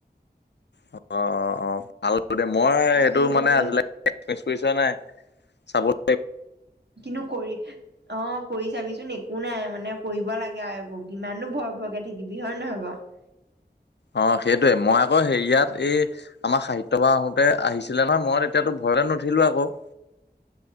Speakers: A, on the left; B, on the right.
A: অ' অ' অ', ভাল দে মই এইটো
B: কি
A: মানে
B: কি
A: আজিলেকে <unintelligible>
B: কিনো কৰি অঁ, কৰি চাবিচোন? একো নাই মানে কৰিব লাগে আৰু এইবোৰ কিমাননো ভয় খোৱাকে থাকিবি আৰু হয় নে নহয় বাৰু?
A: অ' সেইটোৱে, মই আকৌ হেৰি, ইয়াত এই আমাৰ সাহিত্যসভা হওঁতে আহিছিলে নহয়, মই তেতিয়াতো ভয়তে নুঠিলো আকৌ।